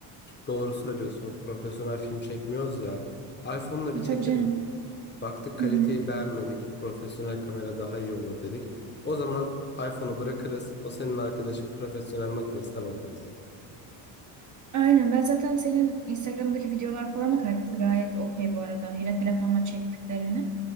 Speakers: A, on the left; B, on the right.
A: Doğru söylüyorsun. Profesyonel film çekmiyoruz ya. iPhone'la
B: E,
A: bir çekelim.
B: tabii canım.
A: Baktık kaliteyi
B: Hı hı.
A: beğenmedik. Profesyonel kamera daha iyi olur dedik. O zaman iPhone'u bırakırız. O senin arkadaşın profesyonel makinesine bakarız.
B: Aynen. Ben zaten senin Instagram'daki videolar falan da kalitesi gayet okey bu arada. Yine telefonla çektiklerini.